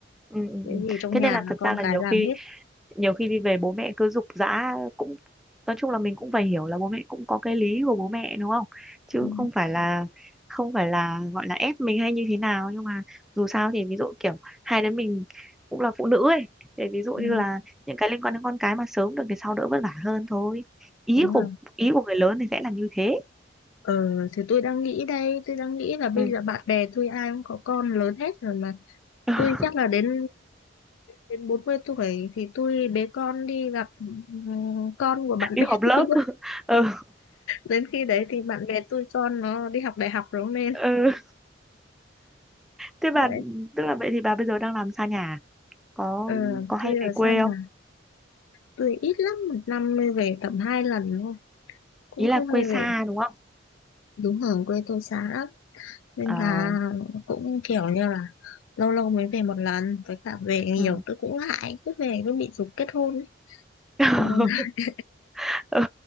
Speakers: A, in the centre; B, on the left (about 85°).
A: Ừ, ừ,
B: cái
A: ừ.
B: gì trong
A: Thế
B: nhà
A: nên là
B: là
A: thật
B: con
A: ra là
B: cái
A: nhiều
B: làm
A: khi
B: hết
A: nhiều khi đi về bố mẹ cứ giục giã cũng nói chung là mình cũng phải hiểu là bố mẹ cũng có cái lý của bố mẹ đúng không chứ
B: ừ,
A: không phải là không phải là gọi là ép mình hay như thế nào nhưng mà dù sao thì ví dụ kiểu hai đứa mình cũng là phụ nữ ấy thì ví dụ như
B: ừ,
A: là những cái liên quan đến con cái mà sớm được thì sau đỡ vất vả hơn thôi ý
B: đúng
A: của
B: rồi
A: ý của người lớn thì sẽ là như thế
B: ờ thì tôi đang nghĩ đây tôi đang nghĩ là bây
A: ừ.
B: giờ bạn bè tôi ai cũng có con lớn hết rồi mà
A: <laughs>
B: tôi chắc là đến đến 40 tuổi thì tôi bế con đi gặp ừ, con của bạn
A: đi
B: bè <laughs>
A: họp lớp
B: tôi quá.
A: <laughs> ừ.
B: đến khi đấy thì bạn bè tôi con nó đi học đại học rồi nên
A: ừ. thế
B: đấy
A: bà tức là vậy thì bà bây giờ đang làm xa nhà à? có
B: ờ
A: có hay
B: tôi
A: về
B: ở
A: quê
B: xa nhà tôi ít lắm một năm mới về tầm hai lần thôi cũng
A: ý
B: không
A: là
B: hay
A: quê
B: về
A: xa đúng không
B: đúng ở quê tôi xa lắm nên
A: ờ
B: là cũng kiểu như là lâu lâu mới về một lần với cả về
A: ừ.
B: nhiều tôi cũng ngại cứ về cứ bị giục kết hôn ấy.
A: <laughs>
B: Ừ, <laughs>
A: Ừ,